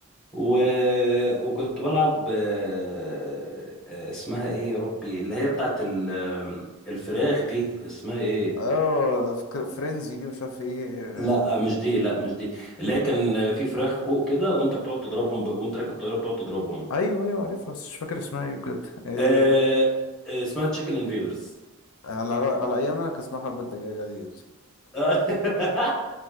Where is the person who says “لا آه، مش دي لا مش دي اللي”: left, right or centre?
Centre